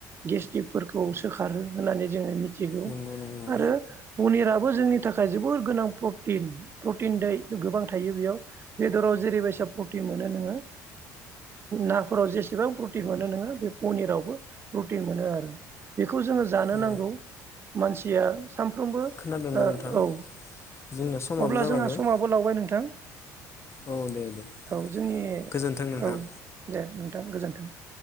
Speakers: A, on the right (about 30°); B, on the left (about 35°).
A: गेस्ट्रिकफोरखौ सोखारो होननानै जोङो मिथि मिथिगौ
B: नंगौ नंगौ
A: आरो पनिरआबो बेफोर जोंनि थाखाय जोबोत गोनां प्रटिन प्रटिन दे गोबां थायो बेवहाय बेदरआव जेरैबायसा प्रटिन मोनो नोंओ नाफोराव जेसेबां प्रटिन मोनो नों बे पनिरावबो प्रटिन मोनो आरो बेखौ जोङो जानो
B: औ
A: नांगौ मानसिया सानफ्रामबो
B: खोनादोंना नोंथां?
A: ओ औ
B: जोंना समाबो
A: अब्ला
B: जाबायमोन
A: जोंहा समाबो लावबाय नोंथां
B: औ दे दे
A: औ जोंनि
B: गोजोन्थों नोंथां।
A: औ दे नोंथां गोजोन्थों <unintelligible>